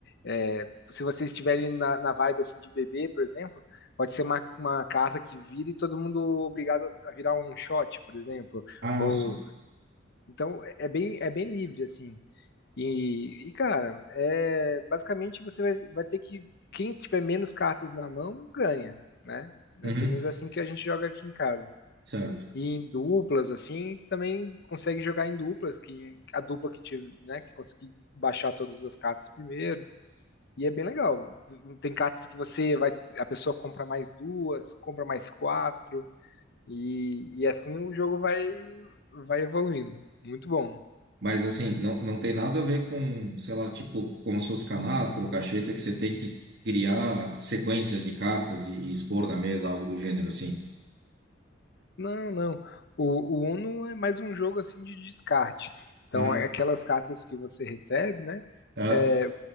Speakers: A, on the left; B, on the right.
A: é, se vocês estiverem na, na vibe assim, de bebê, por exemplo, pode ser uma, uma carta que vira e todo mundo obrigado a virar um shot, por exemplo.
B: Ah,
A: Ou
B: só.
A: então é bem é bem livre assim. E, e, cara, é, basicamente você vai, vai ter que. Quem tiver menos cartas na mão, ganha, né? É
B: Uhum.
A: pelo menos assim que a gente joga aqui em casa.
B: Certo.
A: E em duplas, assim, também consegue jogar em duplas, que a dupla que tive, né, que conseguir baixar todas as cartas primeiro. E é bem legal. Tem cartas que você vai. A pessoa compra mais duas, compra mais quatro. E, e assim o jogo vai, vai evoluindo. Muito bom.
B: Mas assim, não, não tem nada a ver com, sei lá, tipo, como se fosse canastra ou cacheta que você tem que criar sequências de cartas e, e expor na mesa, algo do gênero, assim.
A: Não, não. O, o Uno é mais um jogo assim de descarte. Então,
B: Uhum.
A: é aquelas cartas que você recebe, né?
B: Ah,
A: É,